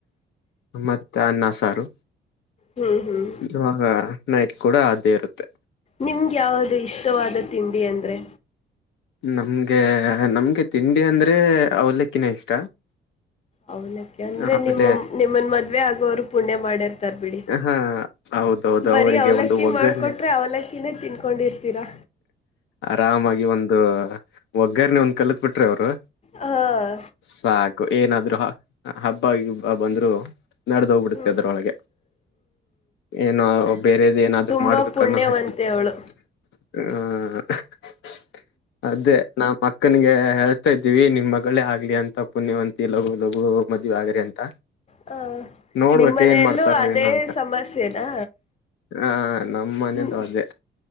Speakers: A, on the left; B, on the left.
A: ಮತ್ತೆ ಅನ್ನ ಸಾರು.
B: ಹ್ಮ್ ಹ್ಮ್
A: ಇವಾಗ ನೈಟ್ ಕೂಡ ಅದೇ ಇರುತ್ತೆ.
B: ನಿಮ್ಗೆ ಯಾವದು ಇಷ್ಟವಾದ ತಿಂಡಿ ಅಂದ್ರೆ?
A: ನಮ್ಗೆ ನಮ್ಗೆ ತಿಂಡಿ ಅಂದ್ರೆ ಅವಲಕ್ಕಿನೇ ಇಷ್ಟ
B: ಅವನಕ ಅಂದ್ರೆ
A: ಆಮೇಲೆ
B: ನಿಮ್ಮ- ನಿಮ್ಮನ್ ಮದ್ವೆ ಆಗೋವರು ಪುಣ್ಯ ಮಾಡಿರ್ತಾರೆ. ಬಿಡಿ
A: ಹಾ ಹೌದೌದು
B: ಬರೀ
A: ಅವರಿಗೆ
B: ಅವ್ಲಕ್ಕಿ
A: ಒಂದು ಒಗ್ಗರಣೆ
B: ಮಾಡ್ಕೊಟ್ರೆ ಅವ್ಲಕ್ಕಿನೇ ತಿನ್ಕೊಂಡಿರ್ತೀರಾ
A: ಆರಾಮಾಗಿ ಒಂದು ಒಗ್ಗರಣನೆೆ ಒಂದು. ಕಲತ್ ಬಿಟ್ರಿ ಅವರು
B: ಹಾಂ
A: ಸಾಕು ಏನಾದ್ರು ಹಬ್ಬ ಗಿಬ್ಬ ಬಂದ್ರು ನಡೆದೋಗ್ಬಿಡತ್ತೆ
B: ಹ್ಞೂ
A: ಅದ್ರೊಳಗೆ ಏನ ಬೇರೆದೆನಾದ್ರು
B: ತುಂಬ
A: ಮಾಡ್ಬೇಕನ್ನೋ
B: ಪುಣ್ಯವಂತೆ
A: ಹಾಕ <unintelligible>
B: ಅವಳು
A: ಹ್ಮ <unintelligible> ಅದೇ ನಾಮಕ್ಕನಿಗೆ ಹೇಳ್ತಾ ಇದ್ದೀವಿ ನಿಮ್ ಮಗಳೇ ಆಗ್ಲಿ ಅಂತ ಪುಣ್ಯವಂತಿ ಲಗು ಲಗು ಮದುವೆ ಆದ್ರೆ ಅಂತ.
B: ಹ
A: ನೋಡ್ಬೇಕ
B: ನಿಮ್ಮನೆಯಲ್ಲೂ
A: ಏನ್ ಮಾಡ್ತಾರೋ
B: ಅಲ್ಲೂ ಅದೇ
A: ಏನೋ ಅಂತ
B: ಸಮಸ್ಯೆನಾ
A: ಹ ನಮ್ಮ್ ಮನೇಲು
B: ಹ್ಮ
A: ಅದೇ